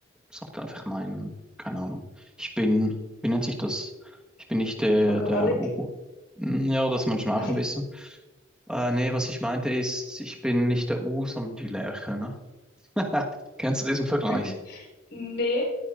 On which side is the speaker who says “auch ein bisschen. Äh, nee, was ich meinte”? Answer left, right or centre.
Centre